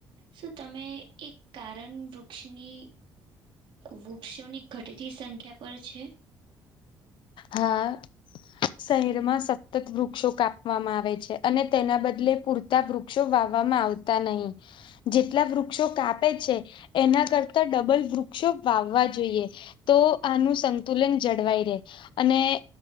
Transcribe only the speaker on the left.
હા. શહેરમાં સતત વૃક્ષો કાપવામાં આવે છે, અને તેના બદલે પૂર તા વૃક્ષો વાવવામાં આવતા નહીં. જેટલા વૃક્ષો કાપે છે, એના કરતા ડબલ વૃક્ષો વાવવા જોઈએ. તો આનું સંતુલન જળવાઈ રે અને